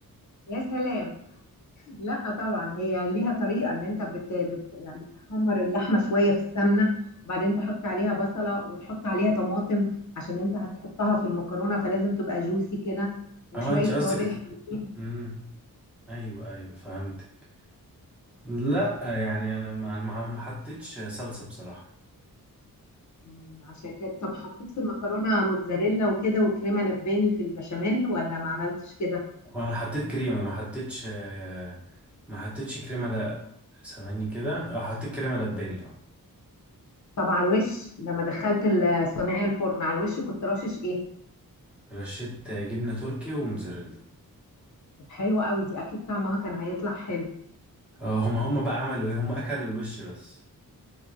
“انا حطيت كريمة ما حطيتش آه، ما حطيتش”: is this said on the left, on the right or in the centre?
Centre